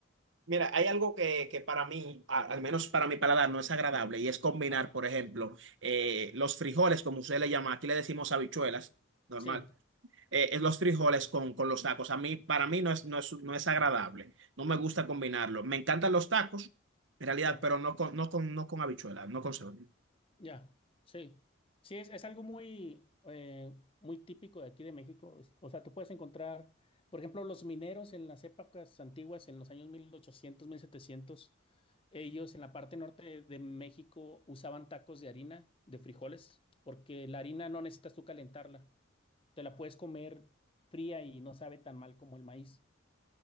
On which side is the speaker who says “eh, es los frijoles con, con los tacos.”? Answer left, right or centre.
Right